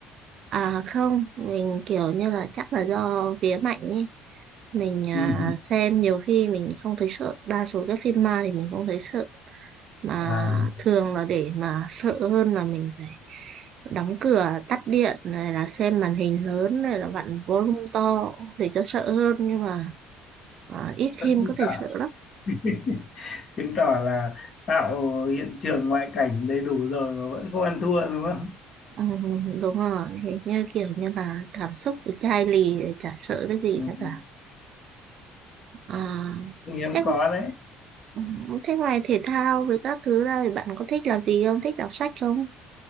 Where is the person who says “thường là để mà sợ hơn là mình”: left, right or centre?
Right